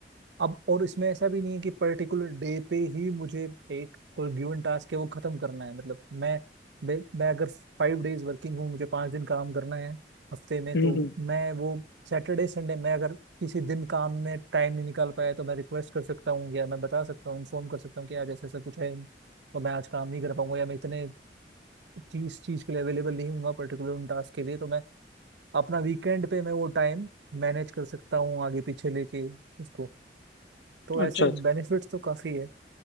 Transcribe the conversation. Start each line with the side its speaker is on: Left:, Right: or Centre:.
Right: अब और इसमें ऐसा भी नहीं है कि पर्टिकुलर डे पे ही मुझे एक कोई गिवन टास्क है वो खत्म करना है मतलब मैं मैं, मैं अगर फाइव डेज वर्किंग हूँ मुझे पाँच दिन काम करना है हफ्ते में
Left: हम्म।
Right: तो
Left: हम्म।
Right: मैं वो सैटरडे संडे मैं अगर किसी दिन काम में टाइम नहीं निकाल पाया तो मैं रिक्वेस्ट कर सकता हूँ या मैं बता सकता हूँ इन्फॉर्म कर सकता हूँ कि आज ऐसा ऐसा कुछ है तो मैं आज काम नहीं कर पाऊंगा या मैं इतने चीज चीज के लिए अवेलेबल नहीं हूँ पर्टिकुलर उन टास्क के लिए तो मैं अपना वीकेंड पे मैं वो टाइम मैनेज कर सकता हूँ आगे पीछे लेके उसको तो ऐसे
Left: अच्छा अच्छा
Right: बेनिफिट्स तो काफी है